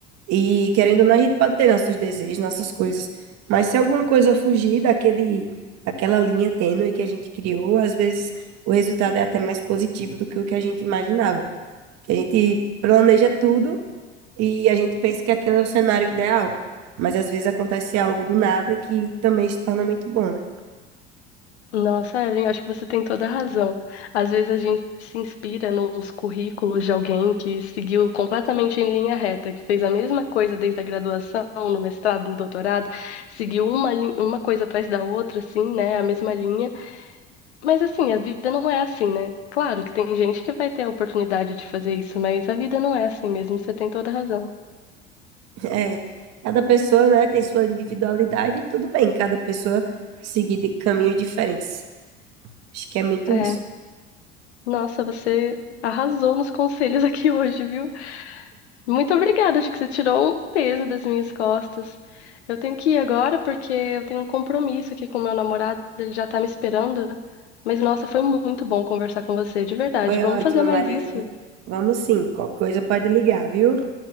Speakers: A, on the right (about 50°); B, on the left (about 70°).
A: E querendo ou não, a gente pode ter nossos desejos, nossas coisas. Mas se alguma coisa fugir daquele, daquela linha tênue que a gente criou, às vezes o resultado é até mais positivo do que o que a gente imaginava. Que a gente planeja tudo e a gente pensa que aquele é o cenário ideal. Mas às vezes acontece algo do nada que também se torna muito bom, né?
B: Nossa, Evelyn, acho que você tem toda a razão. Às vezes a gente se inspira nos currículos de alguém que seguiu completamente em linha reta, que fez a mesma coisa desde a graduação, no mestrado, no doutorado, seguiu uma, lin- uma coisa atrás da outra, assim, né? A mesma linha. Mas assim, a vida não é assim, né? Claro que tem gente que vai ter a oportunidade de fazer isso, mas a vida não é assim mesmo, você tem toda a razão.
A: <laughs> É, cada pessoa, né, tem sua individualidade e tudo bem, cada pessoa seguir de caminhos diferentes. Acho que é muito
B: É,
A: isso.
B: nossa, você arrasou nos conselhos aqui <laughs> hoje, viu? Muito obrigada, acho que você tirou um peso das minhas costas. Eu tenho que ir agora porque eu tenho um compromisso aqui com meu namorado, ele já tá me esperando. Mas nossa, foi muito bom conversar com você, de verdade.
A: Foi
B: Vamos
A: ótimo,
B: fazer mais
A: Mariana.
B: isso?
A: Vamos sim, qualquer coisa pode ligar, viu?